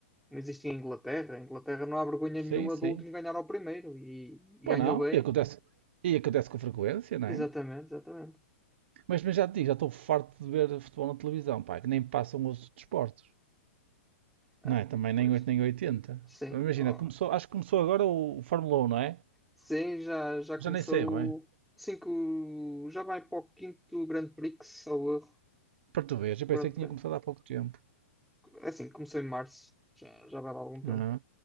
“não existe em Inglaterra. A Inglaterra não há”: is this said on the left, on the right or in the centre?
Centre